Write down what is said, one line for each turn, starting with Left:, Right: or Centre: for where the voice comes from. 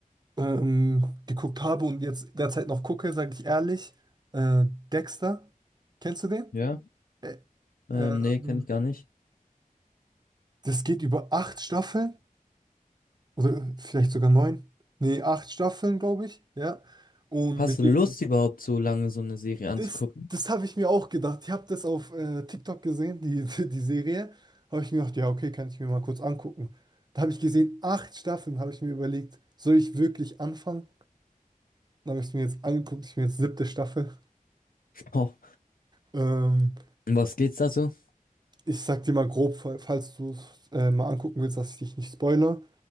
Right: Ähm, geguckt habe und jetzt derzeit noch gucke, sage ich ehrlich. Äh, Dexter, kennst du den?
Left: Ja.
Right: Ä-
Left: Ähm,
Right: ähm,
Left: nee, kenne ich gar nicht.
Right: das geht über acht Staffeln oder vielleicht sogar neun. Nee, acht Staffeln, glaube ich. Ja. Und
Left: Hast
Right: mit
Left: du Lust überhaupt so lange so eine Serie anzugucken?
Right: Das, das
Left: <laughs>
Right: habe ich mir auch gedacht. Ich habe das auf äh, TikTok gesehen, die, <laughs> die, die Serie. Habe ich mir gedacht, ja, okay, kann ich mir mal kurz angucken. Da habe ich gesehen, acht Staffeln, habe ich mir überlegt, soll ich wirklich anfangen? Dann habe ich es mir jetzt angeguckt, ich bin jetzt siebte Staffel.
Left: Oh,
Right: Ähm,
Left: um was geht's da so?
Right: ich sag dir mal grob, fa- falls du es äh, mal angucken willst, dass ich dich nicht spoilere.